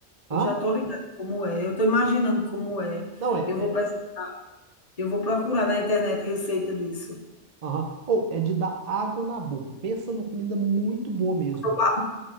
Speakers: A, on the right (about 35°); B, on the left (about 30°).
A: Hã?
B: Eu já estou ligada como é, eu estou imaginando como é.
A: Não, é.
B: Eu vou,
A: é...
B: pes- eu vou procurar na internet receita disso.
A: aham. Ou é de dar água na boca. Pensa numa comida muito boa mesmo.
B: Tô ba-